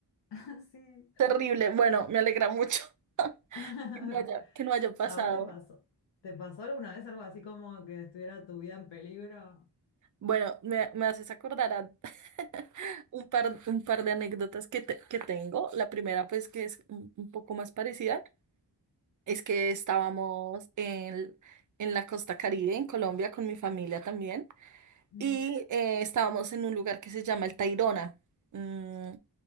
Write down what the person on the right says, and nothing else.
Terrible. Bueno, me alegra mucho <laughs>
que no haya, que no haya pasado.
Bueno, me, me haces acordar a <laughs> un par, un par de anécdotas que, te- que tengo. La primera, pues, que es un un poco más parecida. Es que estábamos en, en la costa Caribe, en Colombia, con mi familia también.
Y eh, estábamos en un lugar que se llama El Tayrona. Mm,